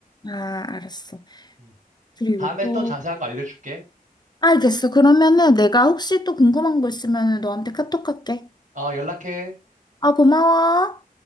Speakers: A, on the left; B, on the right.
A: 아, 알았어.
B: 음.
A: 그리고
B: 다음에
A: 또,
B: 또 자세한 거 알려줄게.
A: 알겠어. 그러면은 내가 혹시 또 궁금한 거 있으면 너한테 카톡 할게.
B: 어, 연락해.
A: 아, 고마워.